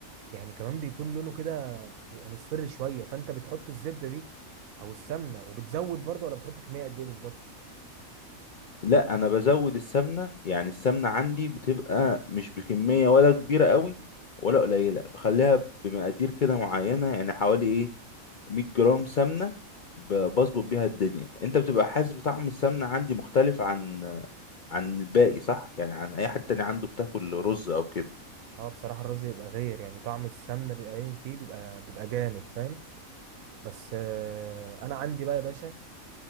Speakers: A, on the right (about 80°); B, on the left (about 50°).
A: يعني كمان بيكون لونه كده بيبقى مصفر شويه فانت بتحط الزبده دي او السمنه وبتزود برضه ولا بتحط كميه قد ايه بالظبط
B: لا انا بزود السمنه يعني السمنه عندي بتبقى مش بكميه ولا كبيره قوي ولا قليله بخليها بمقادير كده معينه يعني حوالي ايه 100 جرام سمنه ب- بظبط بيها الدنيا انت بتبقى حاسس بطعم السمنه عندي مختلف عن عن الباقي صح يعني عن اي حد تاني عنده بتاكل رز او كده
A: اه بصراحه الرز بيبقى غير يعني طعم السمنه بيبقى باين فيه بيبقى بيبقى جامد فاهم بس آه انا عندي بقى يا باشا